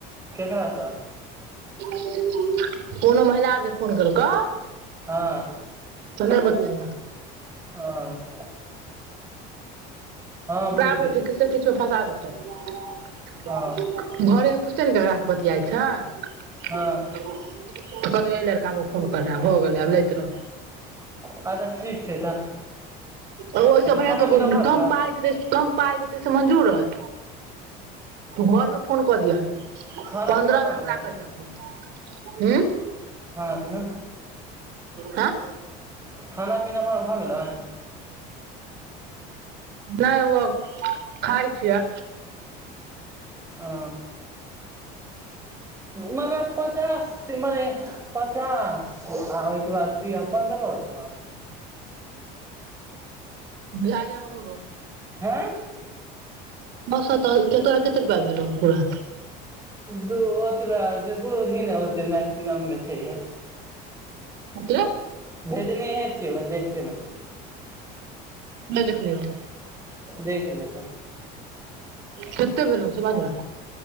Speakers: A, on the right; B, on the right.
A: केकरा सँ
B: कोनो महिला आर जे फोन केलकौ
A: हँ
B: से नहि बतियैहें
A: हँ हँ बुझि
B: बाबु
A: गेली
B: छै किछु से किछु मे फंसा देतौ तब
A: हँ
B: घरे मे ने ककरा सँ बतियाइत छै तऽ
A: हँ
B: कहतौ एहि लड़का हमरा फोन करै हे भऽ गेलै आब लैत रह
A: अच्छा ठीक छै तऽ
B: ओ ओहि सँ बढ़ियां
A: खाना
B: तऽ
A: पीना भऽ गेलै
B: कम पाइ देतै कम पाइ देतै से मंजूर तऽ घरमे फोन कऽ दियहिन
A: खाना
B: पन्द्रह
A: पीना भऽ
B: बेर हमरा
A: गेलै
B: करिहे फोन हूँ
A: खाना पीना
B: हँ
A: खाना पीना ब भऽ गेलै
B: नहि ओ खाइ छिय
A: ओ मगर पचास मने पचास आ ओहिके बाद पन्द्रह सौ
B: भे ये हमरो
A: हँ
B: बस त कत कते रुपैआ भेलेल पूरा
A: दू ओतबे जे बुद्धी ने ओतेक मैक्सिमममे छैहे
B: बतले
A: भेजनी है देखटल ने
B: नहि देखलियौ
A: देख लेतऽ
B: सेतेक भेलेल से बझ ने